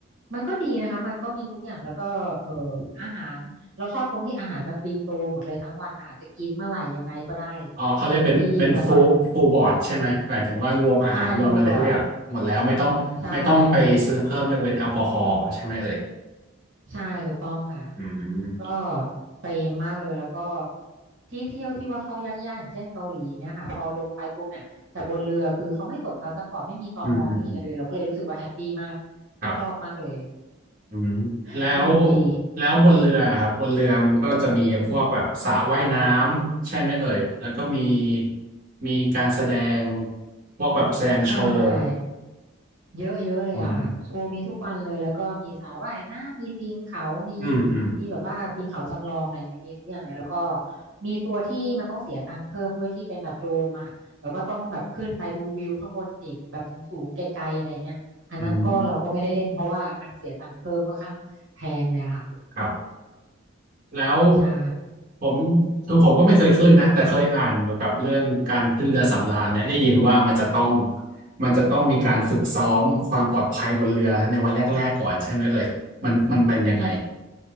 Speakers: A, on the right; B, on the right.
A: มันก็ดีนะคะมันก็มีทุกอย่างแล้วก็เอออาหารเราชอบตรงที่อาหารมันฟรีโฟลว์หมดเลยทั้งวันนะคะจะกินเมื่อไหร่ยังไงก็ได้
B: อ๋อเขาเรียกเป็นเป็นฟูฟูบอร์ดใช่ไหมหมายถึงว่ารวมอาหารรวมอะไรทุกอย่างหมดแล้วไม่ต้องไม่ต้องไปซื้อเพิ่มยกเว้นแอลกอฮอล์ใช่ไหมเอ่ย
A: เต็มที่ทั้งวันใช่ฟูลบอร์ดใช่ใช่ถูกต้องค่ะ
B: อืม
A: ก็เปรมมากเลยแล้วก็ที่เที่ยวที่ว่าเขายากๆอย่างเช่นเกาหลีเงี้ยค่ะพอลงไปปุ๊บเนี่ยจากบนเรือคือเขาไม่ตรวจพาสปอร์ตไม่มีตมไม่มีอะไรเลยเราก็เลยรู้สึกว่าแฮปปี้มาก
B: อืมอืมอืมครับ
A: ชอบมากเลย
B: อืมแล้ว
A: <laughs> สนุกดี
B: แล้วบนเรือครับบนเรือมันก็จะมีพวกแบบสระว่ายน้ำใช่ไหมเอ่ยแล้วก็มีมีการแสดงพวกแบบแสดงโชว์
A: ใช่ เยอะเยอะเลยอะค่ะโชว์มีทุกวันเลยแล้วก็มีสระว่ายน้ำมีปีนเขามี
B: อืมอืมอืม
A: มีแบบว่าปีนเขาจำลองอะไรเงี้ยมีทุกอย่างเลยแล้วก็มีตัวที่มันต้องเสียตังค์เพิ่มด้วยที่เป็นแบบโดมอะแบบว่าต้องแบบขึ้นไปดูวิวข้างบนอีกแบบสูงๆไกลๆอะไรเงี้ยอันนั้นก็เราก็ไม่ได้เล่นเพราะว่ามันเสียตังค์เพิ่มค่อนข้างแพงเลยอะค่ะ
B: อืมครับ แล้ว
A: ใช่
B: ผมคือผมก็ไม่เคยขึ้นนะแต่เคยอ่านเกี่ยวกับเรื่องการขึ้นเรือสำราญเนี่ยได้ยินว่ามันจะต้องมันจะต้องมีการฝึกซ้อมความปลอดภัยบนเรือในวันแรกๆก่อนใช่ไหมเอ่ยมันมันเป็นยังไง